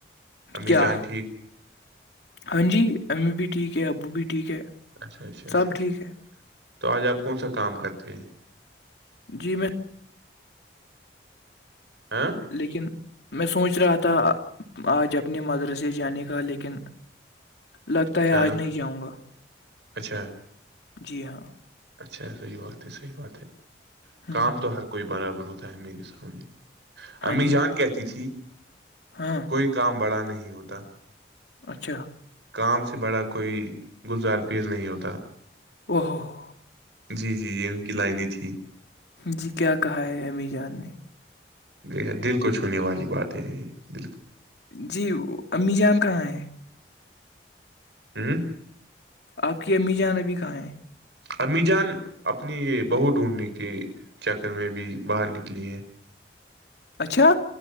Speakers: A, on the right; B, on the left.
A: امی
B: کیا
A: جان ٹھیک
B: ہاں جی امی بھی ٹھیک ہے ابو بھی ٹھیک ہے
A: اچھا اچھا اچھا
B: سب
A: اچھا
B: ٹھیک ہے
A: تو آج آپ کون سا کام کرتے ہیں؟
B: جی میں
A: ہاں
B: لیکن میں سوچ رہا تھا آج اپنے مدرسے جانے کا لیکن لگتا ہے
A: ہاں
B: آج نہیں جاؤ گا
A: اچھا
B: جی ہاں
A: اچھا صحیح بات ہے صحیح بات ہے
B: ہ
A: کام تو ہر کوئی برابر ہوتا ہوتا ہے میرے سامنے
B: ہاں
A: امی
B: جی
A: جان کہتی تھی
B: ہاں
A: کوئی کام بڑا نہیں ہوتا
B: اچھا
A: کام سے بڑا کوئی گلزار پیز نہیں ہوتا
B: او ہوو ہو
A: جی جی یہ ان کی لائنیں تھی
B: جی کیا کہا ہے امی جان نے
A: گ دل کو چھونے والی بات ہے د
B: جی امی جان کہاں ہے
A: ہوں
B: آپ کی امی جان ابی کہاں ہیں
A: امی جان اپنی یہ بہو ڈھونڈنے کے چکر میں بھی باہر نکلی ہیں
B: اچھا